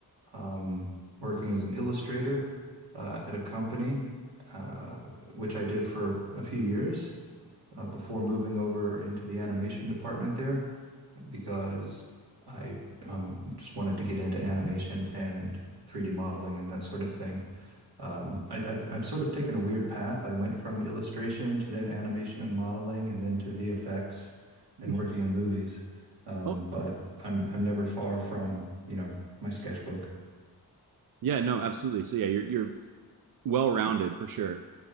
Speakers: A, on the right; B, on the right.
A: um, working as an illustrator uh, at a company, uh, which I did for a few years uh, before moving over into the animation department there because I um, just wanted to get into animation and 3D modeling and that sort of thing. Um, I, I've, I've sort of taken a weird path. I went from illustration to then animation and modeling and then to VFX and
B: Mhm.
A: working in movies. Um,
B: Oh,
A: but I'm I'm never far from, you know, my sketchbook.
B: yeah, no, absolutely. So yeah, you're you're well-rounded for sure.